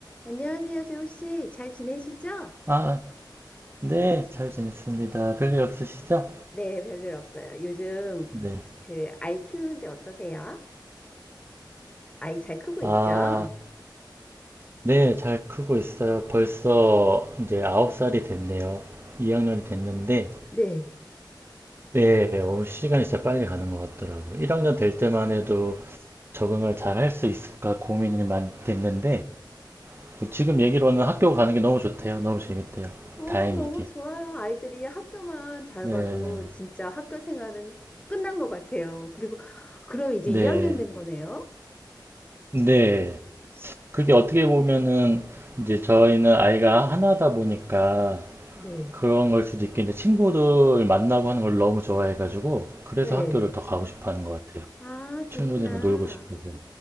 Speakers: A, on the left (about 15°); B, on the right (about 30°).
A: 안녕하세요, 재호 씨. 잘 지내시죠?
B: 아, 네, 잘 지냈습니다. 별일 없으시죠?
A: 네, 별일 없어요. 요즘
B: 네.
A: 그 아이 키우는데 어떠세요? 아이 잘 크고
B: 아,
A: 있죠?
B: 네, 잘 크고 있어요. 벌써 이제 9살이 됐네요. 2학년이 됐는데,
A: 네.
B: 네, 어, 시간이 진짜 빨리 가는 것 같더라고요. 1학년 될 때만 해도 적응을 잘 할 수 있을까 고민이 많이 됐는데, 뭐 지금 얘기로는 학교 가는 게 너무 좋대요. 너무 재밌대요.
A: 어,
B: 다행이게.
A: 너무 좋아요. 아이들이 학교만 잘
B: 네,
A: 가도 진짜 학교 생활은 끝난 것 같아요. 그리고 그럼 이제
B: 네,
A: 2학년 된 거네요?
B: 네. 그게 어떻게 보면은, 이제 저희는 아이가 하나다 보니까,
A: 네.
B: 그런 걸 수도 있겠는데 친구들 만나고 하는 걸 너무 좋아해가지고 그래서
A: 네.
B: 학교를 더 가고 싶어 하는 것 같아요.
A: 아,
B: 친구들이랑
A: 그렇구나.
B: 놀고 싶어서.